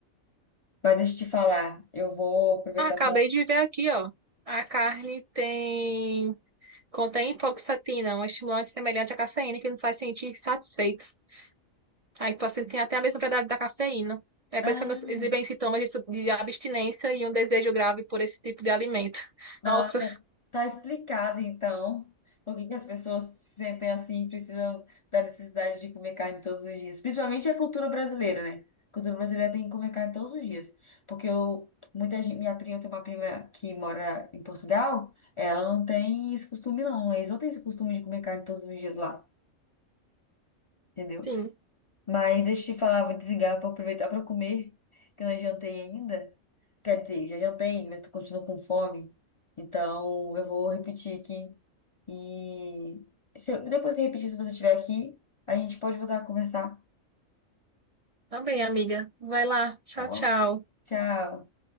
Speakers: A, on the left; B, on the right.
A: Mas deixa eu te falar, eu vou aproveitar
B: Ah, acabei de ver aqui, ó. A carne tem contém hipoxatina, um estimulante semelhante à cafeína que nos faz sentir satisfeitos. Aí o paciente tem até a mesma propriedade da cafeína. É
A: para.
B: por isso que elas exibem sintomas de, su- de abstinência e um desejo grave por esse tipo de alimento.
A: Ah,
B: Nossa,
A: tá, tá explicado então por que que as pessoas se sentem assim e precisam da necessidade de comer carne todos os dias. Principalmente a cultura brasileira, né? A cultura brasileira tem que comer carne todos os dias. Porque eu, muita gente, minha prima, eu tenho uma prima que mora em Portugal, ela não tem esse costume não. Eles não têm esse costume de comer carne todos os dias lá, entendeu?
B: sim.
A: Mas deixa eu te falar, vou desligar para aproveitar para comer, que eu não jantei ainda. Quer dizer, já jantei, mas tu continua com fome. Então, eu vou repetir aqui. E se eu- depois que eu repetir, se você estiver aqui, a gente pode voltar a conversar.
B: Tá bem, amiga. Vai lá. Tchau,
A: Tá bom?
B: tchau.
A: Tchau.